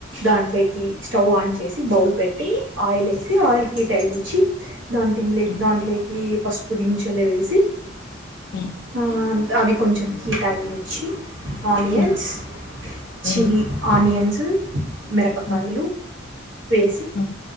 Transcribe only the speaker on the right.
దాంట్లేకి స్టవ్ ఆన్ చేసి బౌల్ పెట్టి ఆయిల్ ఏసి ఆయిల్ హీటయినిచ్చి దాంటిల్లే
దాంట్లేకి పసుపు దించలే వేసి
ఆ అవి కొంచెం కి టైం ఇచ్చి ఆనియన్స్
చిల్లీ ఆనియన్స్ హ్ మిరపకాయలు
వేసి